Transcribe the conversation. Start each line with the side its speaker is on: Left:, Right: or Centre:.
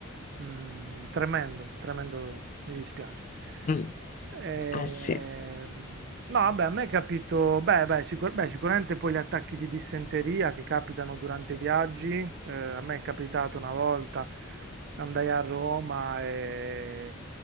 Right: Mm, tremendo, tremendo, mi dispiace.
Left: Mm.
Right: Ehm,
Left: Eh sì.
Right: no, vabbè, a me è capito, beh, beh, sicur- beh, sicuramente poi gli attacchi di dissenteria che capitano durante i viaggi, eh, a me è capitato una volta, andai a Roma e